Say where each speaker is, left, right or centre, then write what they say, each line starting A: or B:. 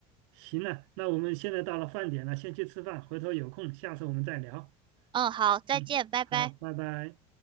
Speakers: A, on the right (about 75°); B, on the right (about 30°).
A: 行了，那我们现在到了饭点了，先去吃饭，回头有空下次我们再聊。
B: 嗯，好，再见，
A: 嗯，
B: 拜拜。
A: 好，拜拜。